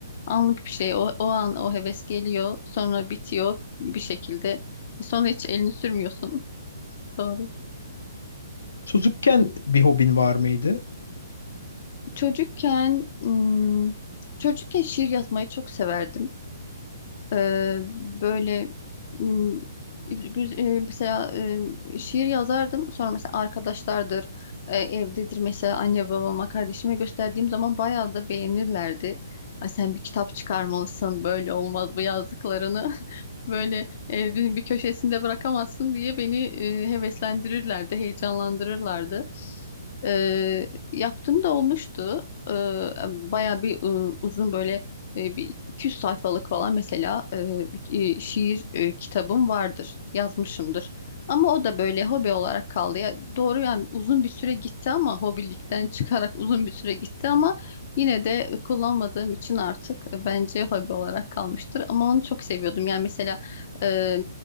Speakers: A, on the left (about 40°); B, on the left (about 85°).
A: Anlık bir şey. O, o an o heves geliyor, sonra bitiyor bir şekilde. E, Sonra hiç elini sürmüyorsun. Doğru.
B: Çocukken bir hobin var mıydı?
A: Çocukken hmm, çocukken şiir yazmayı çok severdim. Ee, böyle Hmm, güz- e, mesela e, şiir yazardım. Sonra mesela arkadaşlardır, e, evdedir mesela anne babama, kardeşime gösterdiğim zaman bayağı da beğenirlerdi. Ay sen bir kitap çıkarmalısın, böyle olmaz bu yazdıklarını. <laughs> Böyle evin bir köşesinde bırakamazsın diye beni e, heveslendirirlerdi, heyecanlandırırlardı. E, yaptığım da olmuştu. E, bayağı bir e, uzun böyle e, bir 200 sayfalık falan mesela e, bir- e, şiir e, kitabım vardır. Yazmışımdır. Ama o da böyle hobi olarak kaldı. Ya, doğru yani uzun bir süre gitti ama hobilikten çıkarak uzun bir süre gitti ama yine de kullanmadığım için artık e, bence hobi olarak kalmıştır. Ama onu çok seviyordum. Yani mesela e,